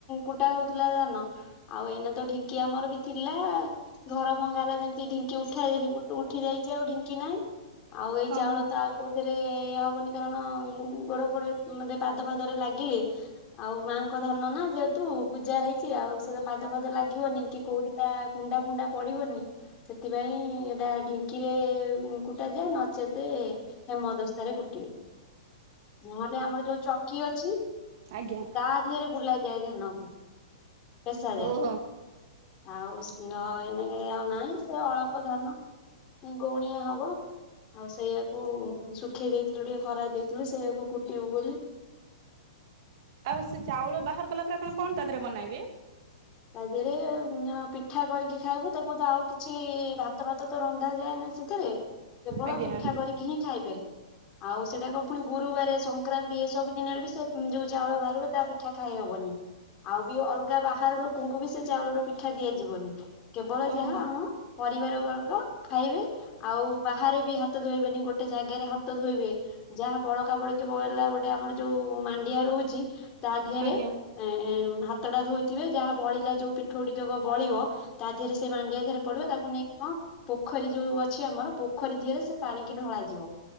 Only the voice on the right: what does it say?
ଓହୋ
ଆଜ୍ଞା।
ଓହୋ
ଆଉ ସେ ଚାଉଳ ବାହାର କଲା ପରେ ଆପଣ କଣ ତା ଦେହରେ ବନାଇବେ?
ଆଜ୍ଞା
ଓହୋ
ଆଜ୍ଞା